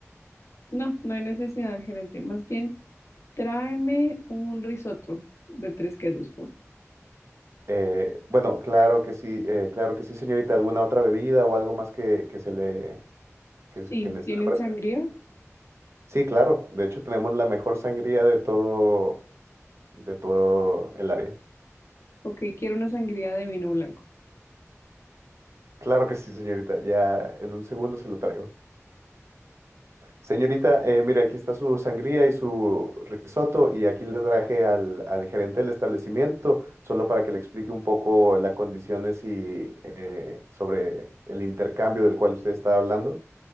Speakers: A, on the left; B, on the right.
A: No, no hay necesidad, gerente. Más bien, tráeme un risotto de tres quesos, por favor.
B: Eh, bueno, claro que sí, eh, claro que sí, señorita. ¿Alguna otra bebida o algo más que, que se le que,
A: Sí,
B: se- que les
A: ¿tienen
B: ofrezca?
A: sangría?
B: Sí, claro. De hecho, tenemos la mejor sangría de todo de todo el área.
A: Ok, quiero una sangría de vino blanco.
B: Claro que sí, señorita. Ya en un segundo se lo traigo. Señorita, eh, mire, aquí está su sangría y su risotto y aquí le traje al, al gerente del establecimiento solo para que le explique un poco las condiciones y eh, sobre el intercambio del cual usted está hablando.